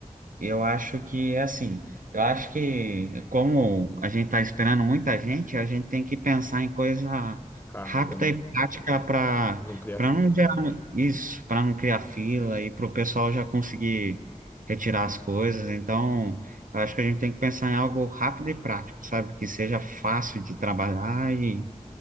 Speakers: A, on the right; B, on the left.
A: Eu acho que é assim. Eu acho que, como a gente está esperando muita gente, a gente tem que pensar em coisa
B: Rápida,
A: rápida
B: né?
A: e prática para
B: não criar
A: para
B: fila.
A: não gerar mu- isso, para não criar fila e para o pessoal já conseguir retirar as coisas. Então, eu acho que a gente tem que pensar em algo rápido e prático, sabe? Que seja fácil de trabalhar e,